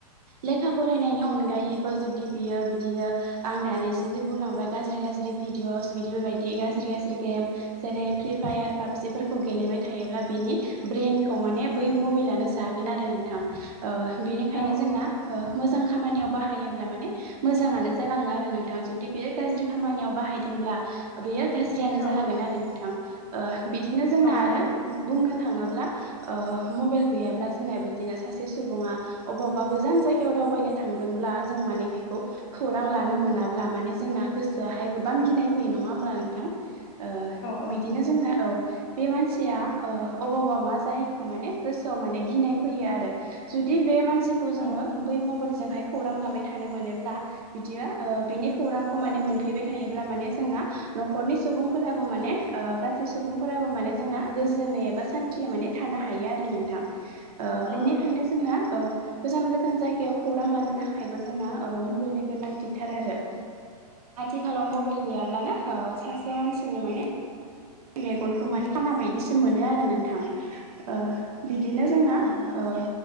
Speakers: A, on the right (about 65°); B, on the left (about 40°).
A: लेखा फरायनायनि अनगायैबो जुदि बियो बिदिनो आं दानैसो जे बुंलांबाय गाज्रि गाज्रि बेफोरबादि गाज्रि गाज्रि फिदिअ बेफोरबादि गाज्रि गाज्रि गेम जेरै फिभायार, भाबजिफोरखौ गेलेबाय थायोब्ला बिनि ब्रइेनखौ माने बै मबाइलनो जागोन आरो नोंथां बिनिखायनो
B: औ
A: जोंना मोजां खामानियाव बाहायोब्ला माने मोजाङानो जालाङो आरो नोंथां जुदि बे गाज्रि खामानियाव बाहायदोंब्ला बेयो गाज्रियानो
B: नंगौ
A: जालांगोन आरो नोंथां बिदिनो जोंना आरो
B: औ
A: बुंनो थांडोब्ला ओ मबाइल गैयाबा जोंना बिदिनो सासे सुबुंआ अबावबा गोजोन जाय याव दावबायनो थांदोंब्ला जों माने बेखौ खौरां लानो मोनाब्ला माने जोंना गोसोआ हाय गोबां आं गिनाय फैयो नङा होमब्ला नोंथां ओ
B: औ
A: बिदिनो
B: नंगौ
A: जोंना औ बे मानसिया ओ अबावबा मा जायो खो माने गोसो आव माने गिनाय फैयो आरो जुदि बे मान मानसिखौ जोंडो
B: औ
A: बै मबाइल जो जोंहाय खौरां लाबाय थानो मोनोब्ला बिदि ओ बिनि खौरांखौ माने मोनफैबाय थायोब्ला माने जोंना आ न'खरनि सुबुं फोराबो माने गासै सुबुं फोराबो माने गोजोना। गोजोनै एबा सान्थि माने थानो हायो आरो नोंथां ओ
B: औ
A: बिनिखायनो जोंना औ। गोजान गोजान जायगायाव खौरां लानो थाखायबो जोंना ओ बाइलनि गोनांथि थार आरो। आथिखालाव मबाइल गैयाब्लानो ओ सासे मानसिनि माने मेगनखौ माने खाना बायदिसो मोनो आरो नोंथां ओ बिदिनो जोंना
B: नंगौ
A: ओ